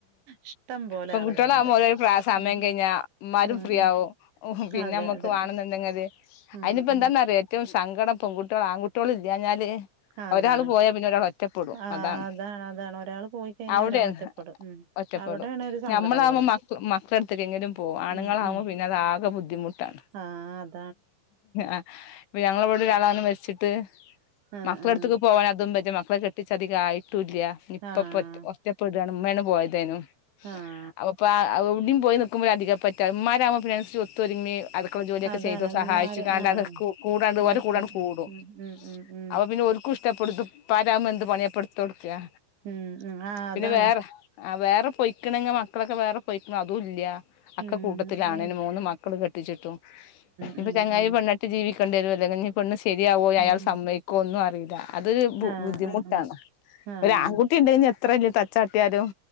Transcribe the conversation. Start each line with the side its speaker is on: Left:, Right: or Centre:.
Right: ഇഷ്ടം പോലെ
Left: പെങ്കുട്ട്യാളാവുമ്പോ
Right: ആളുകളുണ്ട്
Left: ഓലൊര് പ്രാ സമയം
Right: ഉം
Left: കഴിഞ്ഞാ ഇമ്മാരും
Right: ഉം
Left: ഫ്രീയാകും.
Right: ഉം
Left: <unintelligible> പിന്നെ
Right: അതെ
Left: അമ്മക്ക്‌
Right: അതെ
Left: വാണംന്ന്ണ്ടെങ്കത്
Right: ഉം
Left: അയ്ന്പ്പെന്താന്നറിയോ
Right: ഉം
Left: ഏറ്റവും സങ്കടം? പെങ്കുട്യോള് ആങ്കുട്ട്യോള്‌ല്ല്യാഞ്ഞാല്-
Right: അതാണ്
Left: ഒരാള് പോയാ പിന്നെ ഒരാളൊറ്റപ്പെടും
Right: ആഹ്
Left: അതാണ്
Right: അതാണ് ഒരാള് പോയി കഴിഞ്ഞാൽ
Left: അവടേ-
Right: ഒരാൾ ഒറ്റപ്പെടും ഉം
Left: ഒറ്റപ്പെടും
Right: അവിടെയാണ് ഒരു സങ്കടം
Left: നഞമ്മളാവുമ്പോ
Right: ഉള്ളത്
Left: മക്ക മക്കളെട്ത്ത്ക്കേലും പോകും ആണ്ങ്ങളാവ്മ്പൊ
Right: ഉം ഉം
Left: പിന്നെ അത് ആകെ ബുദ്ധിമുട്ടാണ്.
Right: ആഹ് അ
Left: ആഹ് ഇപ്പൊ ഞങ്ങളെവ്ടെ ഒരാളങ്ങനെ മരിച്ചിട്ട്-
Right: ആഹ്
Left: മക്കളെട്ത്ത്ക്ക്
Right: ആഹ്
Left: പോവാനതും ബെഞ്ചാ മക്കളെ കെട്ടിച്ചധികായിട്ടൂല്ല്യ ഇനിപ്പൊ
Right: ആഹ്
Left: പ്പൊ പറ്റു കൊ- ഒറ്റപെടാണ് ഇമ്മേണ് പോയതേന്നു.
Right: ആഹ്
Left: അവ്പ്പാആ എവുടീം പോയി നിക്കുമ്പോ അധിക പറ്റാ ഇമ്മാരാവുമ്പൊ പിന്നെ അയ്നന്സരിച്ച് ഒത്തൊരുമ്മി അടുക്കള്ള ജോലിയൊക്കെ
Right: അതാണ്
Left: ചെയ്ത്
Right: ഇമ്മാര്
Left: സഹായിച്ച്ങ്ങാണ്ട്‌
Right: ആഹ്
Left: അതൊ കൂ കൂടാണ്ട് ഓരെകൂടണ്ട്
Right: നിക്കും
Left: കൂടും.
Right: ഉം ഉം ഉം ഉം
Left: അപ്പൊ പിന്നെ ഓൽക്കും ഇഷ്- ത്തെപ്പെടുത്ത് ഇപ്പാരാവുമ്പൊ എന്ത് പണ്യാപ്പൊ ഇട്ത്തൊട്ക്കാ
Right: ഉം ഉം ആഹ്
Left: പിന്നെ
Right: അതാണ്
Left: വേറെ - ആഹ് വേറെ പൊയ്ക്ക്ണെങ്ങെ മക്കളൊക്കെ വേറെ പൊയ്ക്ക്ണൊ അതും ഇല്ല്യ അക്കെ
Right: ഉം
Left: കൂട്ടത്തിലാണെനും
Right: ഉം
Left: മൂന്ന് മ- മക്കള് കെട്ടിച്ച്ട്ടു ഇഞ്ഞ്പൊ
Right: ഉം
Left: ചെങ്ങായി
Right: ഉം
Left: പെണ്ണെട്ടി ജീവിക്കണ്ടേരോ, അല്ലങ്കെഞ്ഞ് പെണ്ണ് സെര്യാവോ, അയാള്
Right: ഉം
Left: സമ്മയ്ക്കോ ഒന്നും അറീല. അത് ബു
Right: ആഹ്
Left: ബുദ്ധിമുട്ടാണ്
Right: ആഹ് ആഹ് ആഹ്
Left: ഒരാംകു- കുട്ടിണ്ടേന്ന്യെ എത്ര വല്ല്യെ തച്ചാട്ട്യാലും